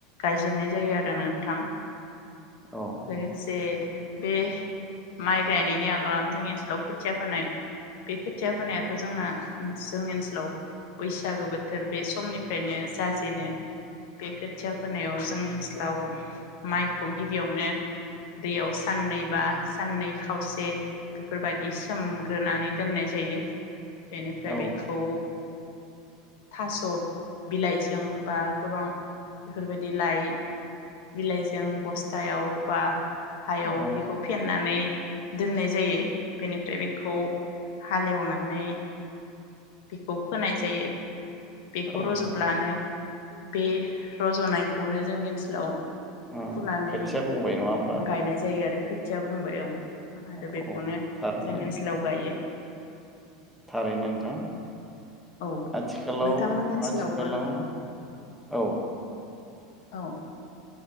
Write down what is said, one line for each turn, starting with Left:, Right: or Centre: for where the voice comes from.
Left: गायजेननाय जायो आरो नोंथां।
Centre: औ औ
Left: लोगोसे बे माइ गायनायनि आगोलावनो जोंनि ओनसोलाव खोथिया फोनाय बे खोथिया फोनायाथ जोंना जोंनि ओनसोलाव बैसागो बोथोर बे समनिफ्रायनो जाजेनो बे खोथिया फोनायाव जोंनि ओनसोलाव माइखौ गिबियावनो दैयाव साननै बा साननै खावसे बेफोर बायदि सोमग्रोनानै दोननाय जायो। बेनिफ्राय
Centre: औ
Left: बेखौ थास' बिलाइजों बा गोबां बेफोर बायदि लाइ बिलाइजों बस्थायाव बा हायाव
Centre: औ
Left: बेखौ फेननानै दोननाय जायो बेनिफ्राय बेखौ हालेवनानै बेखौ फोनाय जायो। बेखौ
Centre: औ
Left: रजब्लानो बे रजनायखौनो जोंनि ओनसोलाव
Centre: औ
Left: फुनानै
Centre: खोथिया बुंबाय नङा होमबा
Left: गायनाय जायो आरो खोथ थिया बुंबाय औ। आरो
Centre: औ
Left: बेखौनो
Centre: थारैनो
Left: जों ओनसोलाव गायो।
Centre: थारैनो नोंथां।
Left: औ
Centre: आथिखालाव
Left: नोंथांमोननि ओनसोलावबो
Centre: आथिखालाव औ
Left: औ